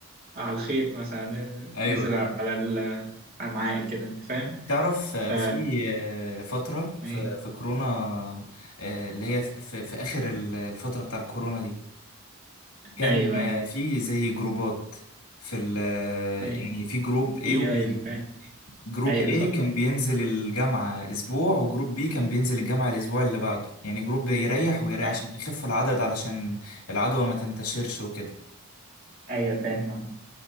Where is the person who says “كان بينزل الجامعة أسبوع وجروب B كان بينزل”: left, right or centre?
Left